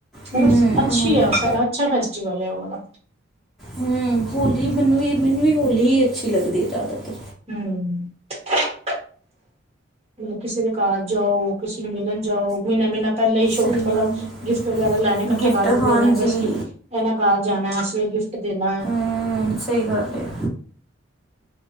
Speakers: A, in the centre; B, on the right.
A: ਹੂੰ
B: ਮਤਲਬ ਅੱਛੀ
A: ਹੋਲੀ
B: ਆ ਅੱਛਾ ਫੈਸਟੀਵਲ ਉਹ ਵਾਲਾ
A: ਹੂ ਹੋਲੀ ਮੈਨੂੰ ਵੀ ਮੈਨੂੰ ਵੀ ਹੋਲੀ ਹੀ ਅੱਛੀ ਲੱਗਦੀ ਹੈ ਜ਼ਿਆਦਾਤਰ
B: ਹੂ,,, ਮਤਲਬ ਕਿਸੇ ਦੇ ਘਰ ਜਾਓ ਕਿਸੇ ਨੂੰ ਮਿਲਣ ਜਾਓ ਮਹੀਨਾ ਮਹੀਨਾ ਪਹਿਲਾਂ ਹੀ ਸ਼ੋਪਿੰਗ
A: ਸਹੀ
B: ਵਾਲਾ
A: ਗੱਲ ਹੈ
B: ਗਿਫਟ ਵਗੈਰਾ ਲੈਣੇ ਇਕੱਠੇ
A: ਗਿਫਟ
B: ਕਰ ਦਿੰਦੇ
A: ਹਾਂਜੀ
B: ਨੇ ਬਸਤੀ ਇਹਨਾਂ ਘਰ ਜਾਣਾ ਅਸੀਂ ਗਿਫਟ ਦੇਣਾ ਹੈ।
A: ਹਾਂ ਸਹੀ ਗੱਲ ਹੈ।